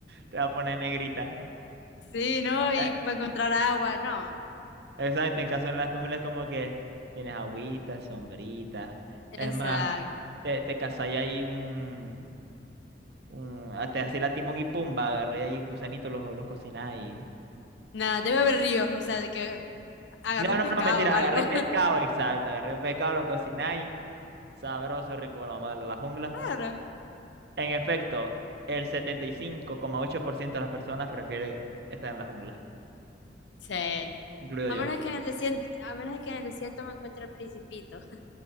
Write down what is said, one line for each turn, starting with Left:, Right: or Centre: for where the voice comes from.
Right: Te va a poner negrita.
Left: sí, ¿no? Y
Right: Eh,
Left: para encontrar agua, no,
Right: exacto, en caso en la jungla es como que tienes agüitas, sombritas.
Left: exacto,
Right: Es más, te, te cazai ahí un, Mm, hasta así la Timón y Pumba, agarré ahí gusanitos, los, los cocináis.
Left: nada, debe haber ríos, o sea, de que agarro
Right: No,
Left: un
Right: no,
Left: pescado
Right: no, mentira,
Left: o algo,
Right: agarré
Left: <laughs>
Right: pescado, exacto, agarré pescado, lo cocináis. Sabroso, rico, bueno, vamos a darle a la jungla.
Left: claro,
Right: En efecto, el setenta y cinco coma ocho por ciento de las personas prefiere estar en la jungla,
Left: sí, a
Right: incluido yo.
Left: menos que en el desierto, a menos que en el desierto me encuentre el principito,